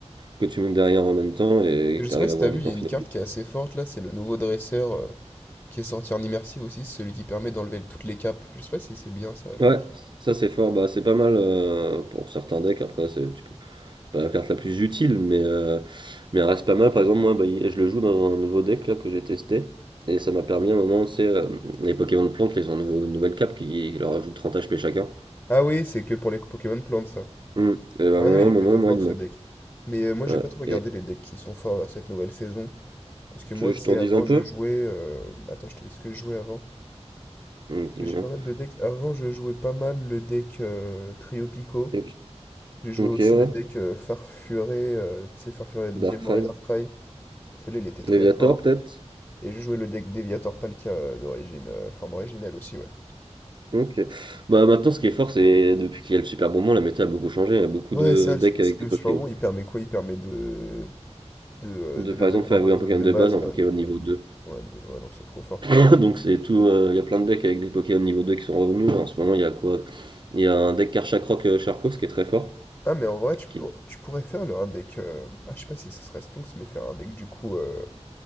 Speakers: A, on the right; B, on the left.
A: que tu montes derrière en même temps et
B: Je
A: tu
B: sais
A: arrives
B: pas si
A: à voir
B: t'as vu,
A: vite
B: il y
A: en
B: a
A: finale.
B: une carte qui est assez forte, là, c'est le nouveau dresseur euh, qui est sorti en immersive aussi, c'est celui qui permet d'enlever toutes les capes. Je sais pas si c'est bien ça à jouer.
A: Ouais, ça c'est fort, bah c'est pas mal euh, pour certains decks, après c'est tu peux- c'est pas la carte la plus utile, mais, euh, mais elle reste pas mal. Par exemple, moi bah, il- je le joue dans un nouveau deck là que j'ai testé, et ça m'a permis à un moment, tu sais, euh, les Pokémon de plantes, là, ils ont un nouveau- une nouvelle cape qui, leur ajoute 30 HP chacun.
B: Ah oui, c'est que pour les Pokémon plantes, ça.
A: Mm. Et bah,
B: Ah
A: à un moment,
B: non, il
A: à un
B: est
A: moment,
B: plutôt
A: moi
B: fort
A: il me
B: ce
A: manque.
B: deck. Mais euh, moi, j'ai
A: Ouais.
B: pas trop regardé
A: Et
B: les decks qui sont forts à cette nouvelle saison. Parce que
A: tu
B: moi,
A: veux que
B: tu
A: je
B: sais,
A: t'en dise
B: avant,
A: un peu?
B: je jouais. euh, Attends, je te dis ce que je jouais avant.
A: Mm,
B: Parce
A: Dis-moi.
B: que j'ai pas mal de decks. Avant, je jouais pas mal le deck euh, Trio Pico.
A: Et puis-
B: J'ai joué
A: Ok,
B: aussi
A: ouais.
B: le deck euh, Farfuré. euh, tu sais, Farfuré Diamoré
A: Darkrai.
B: Darkrai. Celui-là, il était très
A: Léviator
B: fort.
A: peut-être?
B: Et j'ai joué le deck Deviator Palkia euh, d'origine, euh, forme originale aussi, ouais.
A: OK. Bah, maintenant, ce qui est fort, c'est depuis qu'il y a le Super Bonbon, la méta a beaucoup changé. Il y a beaucoup
B: Ouais,
A: de
B: ça,
A: decks
B: le, su-
A: avec
B: c'est- le
A: des Pokémon.
B: surbond, il permet quoi? Il permet de, de, euh,
A: De,
B: de
A: par
B: level
A: exemple,
B: up
A: faire
B: un
A: évoluer
B: Pokémon
A: un Pokémon
B: de
A: de
B: base.
A: base, un
B: à-
A: Pokémon
B: de-
A: niveau 2.
B: de- Ouais, niveau- de- ouais, non, c'est trop fort.
A: <laughs> Donc, c'est tout. euh, il y a plein de decks avec des Pokémon niveau 2 qui sont revenus. En ce moment, il y a quoi? Il y a un deck Karchakroc euh, Charcos qui est très fort.
B: Ah, mais en vrai, tu,
A: qui-
B: pour- tu pourrais faire le, un deck. euh, Ah, je sais pas si ce serait Stonks, mais faire un deck du coup euh,